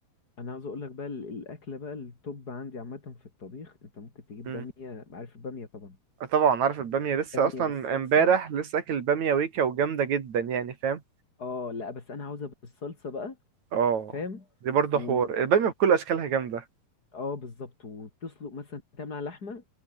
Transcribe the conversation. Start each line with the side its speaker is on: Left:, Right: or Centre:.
Left: انا عاوز اقول لك بقى ال- الاكله بقى التوب عندي عامه في الطبيخ انت ممكن تجيب
Right: مم.
Left: باميه عارف الباميه طبعا
Right: طبعا عارف الباميه لسه
Left: باميه
Right: اصلا
Left: بالصلصه
Right: امبارح لسه اكل باميه ويكا وجامده جدا يعني فاهم
Left: اه لا بس انا عاوزها بالصلصه بقى
Right: اه
Left: فاهم
Right: دي برضه
Left: و
Right: حوار البامية بكل اشكالها جامدة
Left: اه بالظبط وتسلق مثلا تعمل على لحمه